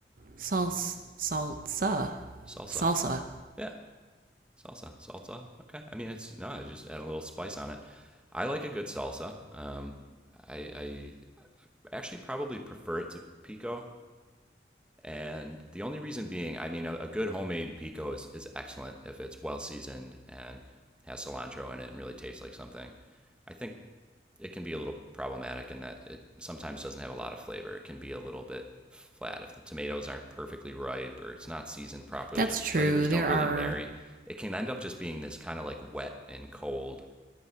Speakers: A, on the right; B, in the centre.
A: Salsa, salsa,
B: Salsa.
A: salsa.
B: Yeah, salsa, salsa. Okay. I mean, it's no, I just add a little spice on it. I like a good salsa. Um, I, I actually probably prefer it to pico, and the only reason being, I mean, a, a good homemade pico is is excellent if it's well seasoned and has cilantro in it and really tastes like something. I think it can be a little problematic in that it sometimes doesn't have a lot of flavor. It can be a little bit flat if the tomatoes aren't perfectly ripe or it's not seasoned properly.
A: That's
B: The flavors
A: true.
B: don't
A: There
B: really
A: are
B: marry. It can end up just being this kind of like wet and cold